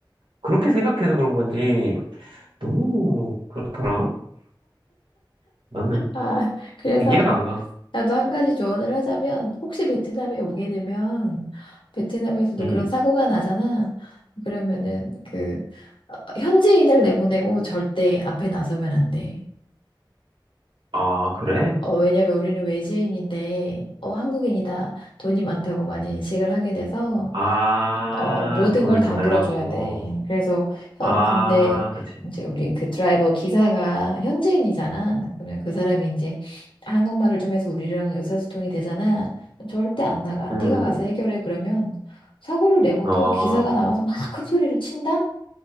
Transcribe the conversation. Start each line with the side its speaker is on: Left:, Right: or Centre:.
Right: 그렇게 생각해서 그런 건지 너무 그렇더라. 나는
Left: 아, 그래서
Right: 이해가
Left: 하-
Right: 안 가.
Left: 나도 한 가지 조언을 하자면, 혹시 베트남에 오게 되면, 베트남에서도
Right: 응.
Left: 그런 사고가 나잖아. 그러면은 그, 어, 현지인을 내보내고 절대 앞에 나서면 안 돼.
Right: 아, 그래?
Left: 어, 왜냐면 우리는 외지인인데, 어, 한국인이다. 돈이 많다고 많이 인식을 하게 돼서,
Right: 아,
Left: 어, 모든
Right: 돈을
Left: 걸 다
Right: 더 달라고.
Left: 물어줘야 돼. 그래서, 어,
Right: 아,
Left: 근데
Right: 그치.
Left: 이제 우리 그 드라이버 기사가 현지인이잖아. 그러면 그 사람이 이제 한국말을 좀 해서 우리랑 의사소통이 되잖아. 절대 안 나가.
Right: 응,
Left: 네가 가서
Right: 응,
Left: 해결해. 그러면 사고를 내고도
Right: 응. 어,
Left: 기사가 나가서 막 큰 소리를 친다?